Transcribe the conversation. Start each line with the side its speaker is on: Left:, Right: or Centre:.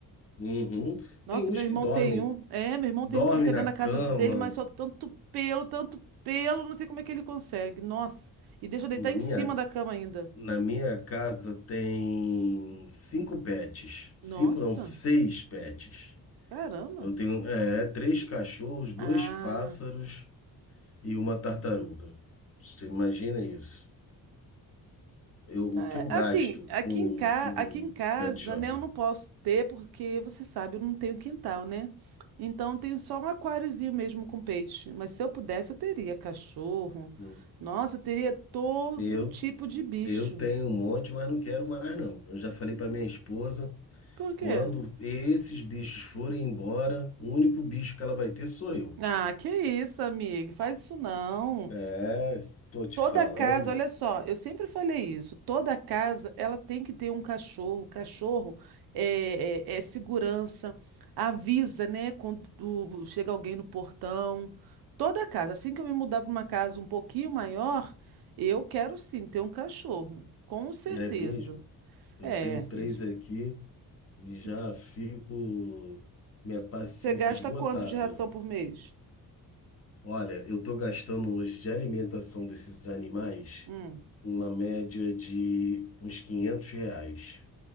Left: Uhum.
Right: Nossa,
Left: Tem uns
Right: meu irmão
Left: que dormem,
Right: tem um. É, meu irmão
Left: dorme
Right: tem um que fica
Left: na
Right: dentro
Left: cama.
Right: da casa dele, mas solta tanto pelo, tanto pelo, não sei como é que ele consegue. Nossa. E deixa eu deitar
Left: Na
Right: em
Left: minha,
Right: cima da cama ainda.
Left: na minha casa tem cinco pets, cinco
Right: Nossa,
Left: não, seis pets.
Right: caramba.
Left: Eu tenho, é, três cachorros, dois
Right: Ah.
Left: pássaros e uma tartaruga. Você imagina isso? Eu,
Right: É,
Left: o que eu gasto
Right: assim, aqui
Left: com,
Right: em ca...
Left: com
Right: aqui em casa,
Left: pet shopping?
Right: né, eu não posso ter, porque você sabe, eu não tenho quintal, né? Então tenho só um aquáriozinho mesmo com peixe. Mas se eu pudesse, eu teria cachorro.
Left: Hum.
Right: Nossa, eu teria todo
Left: Eu,
Right: tipo de bicho.
Left: eu tenho um monte, mas não quero mais, não. Eu já falei para minha esposa,
Right: Por
Left: quando
Right: quê?
Left: esses bichos forem embora, o único bicho que ela vai ter sou eu.
Right: Ah, que isso, amiga, faz isso não.
Left: É, tô te
Right: Toda
Left: falando,
Right: casa, olha só, eu sempre falei isso, toda casa ela tem que ter um cachorro. Cachorro é, é- é segurança, avisa, né, quando chega alguém no portão. Toda casa, assim que eu me mudar para uma casa um pouquinho maior, eu quero sim ter um cachorro, com certeza.
Left: é mesmo? Eu
Right: É,
Left: tenho três
Right: e de-
Left: aqui e já
Right: de-
Left: fico com minha paciência
Right: você gasta
Left: esgotada.
Right: quanto de ração por mês?
Left: Olha, eu tô gastando hoje de alimentação desses animais
Right: Hum,
Left: uma média de uns 500 reais